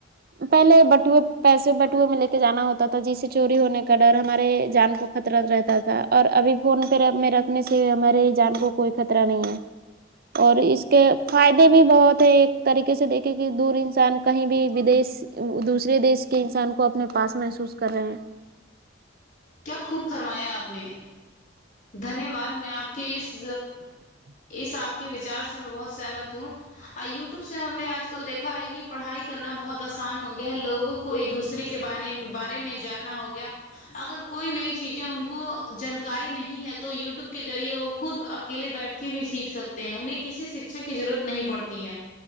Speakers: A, on the right; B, on the left.
A: پہلے بٹوئے پیسے بٹوہ آٹو میں لے کے جانا ہوتا تھا جسے چوری ہونے کا ڈر ہمارے جان کو خطرہ رہتا تھا اور ابھی فون پہ میں رکھنے سے ہمارے جان کو کوئی خطرہ نہیں ہے اور اس کے فائدے بھی بہت ہے ایک طریقے سے دیکھے کہ دور انسان کہیں بھی بدیش دوسرے دیش کے انسان کو اپنے پاس محسوس کر رہے ہیں
B: کیا خوب فرمایا آپ نے دھنیہ واد میں آپ کے اس اس آپ کے وچار سے میں بہت سہمت ہوں اور یو ٹیوب سے ہم نے آج کل دیکھا ہے کہ پڑھائی کی کرنا بہت آسان ہو گیا ہے لوگوں کو ایک دوسرے کے بارے میں جاننا ہو گیا اگر کوئی نئی چیزیں ان کو جانکاری نہیں ہے تو یو ٹیوب کے ذریعے وہ خود اکیلے بیٹھ کے بھی سیکھ سکتے ہیں انہیں کسی شکھا کی ضرورت نہیں پڑتی ہیں